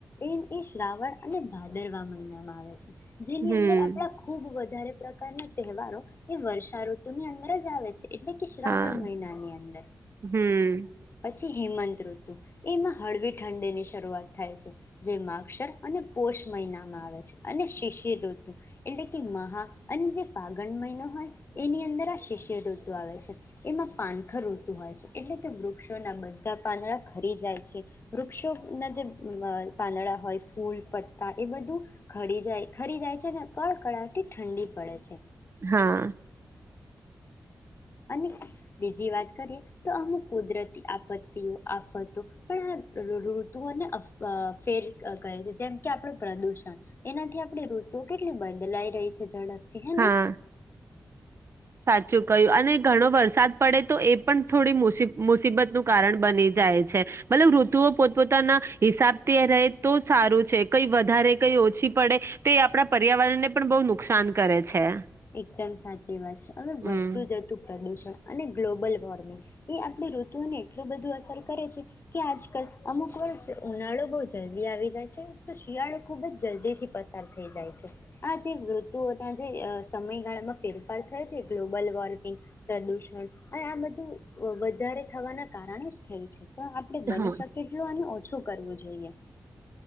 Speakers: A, on the left (about 40°); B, on the right (about 45°).
A: એ એ શ્રાવણ અને ભાદરવા મહિનામાં આવે છે. જેની
B: હમ
A: અંદર આપડા ખુબ વધારે પ્રકારના તહેવારો એ વર્ષ ઋતુ ની અંદર જ આવે છે, એટલે કે શ્રાવણ
B: હા
A: મહિના ની અંદર
B: હમ
A: પછી હેમંત ઋતુ એમાં હળવી ઠંડી ની શરૂઆત થાય છે, જે મા અક્ષર અને પોષ મહિનામાં આવે છે, અને શિષ શ ઋતુ એટલે કે મહા અને જે ફાગણ મહિનો હોય એની અંદર આ શિષ્યર ઋતુ આવે છે, એમાં પાનખર ઋતુ હોય છે, એટલે કે વૃક્ષોના બધા પાંદડા ખરી જાય છે, વૃક્ષોના જે પાંદડા હોય ફૂલ પત્તા એ બધું ખરી જાય ખરી જાય છે, ને કર કળાટી ઠંડી પડે છે.
B: હા
A: અને બીજી વાત કરીએ, તો અમુક કુદરતી આપત્તિઓ, આફતો પણ આ ઋતુઓને અ ફેર કર છે, જેમ કે આપડ પ્રદુષણ એનાથી આપણે ઋતુ કેટલી બદલાઈ રહી છે ઝરબતી હે
B: હા
A: ને.
B: સાચું કહ્યું અને ઘણો વરસાદ પડે તો એ પણ થોડી મુ મુસીબત નું કારણ બની જાય છે, મતલબ ઋતુઓ પોતપોતાના હિસાબથી રહે તો સારું છે, કઈ વધારે, કઈ ઓછી પડે, તે આપડા પર્યાવરણને પણ બહુ નુકસાન કરે છે.
A: એકદમ સાચી ચી વાત છે, હવે
B: હમ
A: વધતું જતું પ્રદુષણ અને ગ્લોબલ વોર્મિંગ એ આપણી ઋતુઓને એટલું બધું અસર કરે છે, કે આજકલ અમુક વર્ષ ઉનાળુ બોજ જલ્દી આવી જાય છે, તો શિયાળ ખુબજ જલ્દીથી પસાર થઈ જાય છે, આ જે ઋતુઓ ત્યાં જે સમયગાળામાં ફેરફાર થાય છે, ગ્લોબલ વોર્મિંગ, પ્રદુષણ અને આ બધું વધારે થવાના કારણે જ થેન્ક યુ. તો આપડે બની
B: હા
A: શકે એટલું અને શું કરવું જોઈએ?